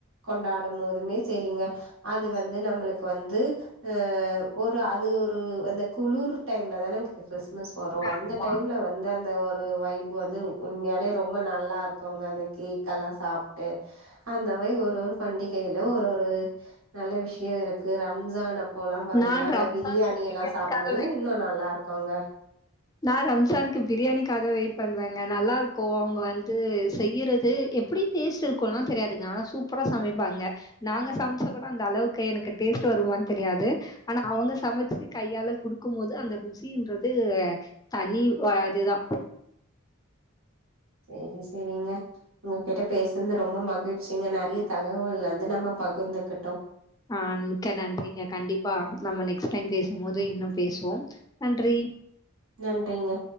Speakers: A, on the right; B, on the left.
A: கொண்டாடும் போதுமே சேரிங்க அது வந்து நம்மளுக்கு வந்து ஆ ஒரு அது ஒரு அந்த குளூர் டைம்ல தானங்க கிறிஸ் மஸ் வரு அந்த
B: ஆமா
A: டைம்ல வந்து அந்த ஒரு வை வைப் வந்து உண்மையாலே ரொம்ப நல்லா இருக்குங்க அந்த கேக்கலா சாப்ட்டு அந்த மாரி ஒர் ஒரு பண்டிகைல ஒரு ஒரு நல்ல விஷ்யோ இருக்கு ரம் ம்ஜான் அப்போலா பாத்தீங்கனா
B: நான்
A: அந்த
B: ரம்ஜானுக்கு
A: பிரியாணியெல்லா‌
B: பிரியாணிக்காக
A: சாப்பறது இன்னு நல்லா இருக்குங்க
B: நா ரம்ஜானுக்கு பிரியாணிக்காக வெயிட் பண்ணுவேங்க நல்லா இருக்கு அவுங்க வந்து செய்யிறது எப்டி டேஸ்ட் இருக்குலா தெரியாதுங்க ஆனா சூப்பரா சமைப்பாங்க நாங்க சமைச்சா கூட அந்த அளவுக்கு எனக்கு டே ஸ்ட் வருமானு தெரியாது ஆனா அவங்க சமச்சு கையால குடுக்கும் போது அந்த ருசின்றது தனி வ இது தா
A: சேரி சேரிங்க உங்ககிட்ட பேசுனது ரொம்ப மகிழ்ச்சிங்க நெறைய தகவல் வந்து நம்ம பகிர்ந்துக்கிட்டோ
B: ஆன் மிக்க நன்றிங்க கண்டிப்பா நம்ம நெக்ஸ்ட் டைம் பேசும் போது இன்னு பேசுவோ நன்றி ம்
A: நன்றிங்க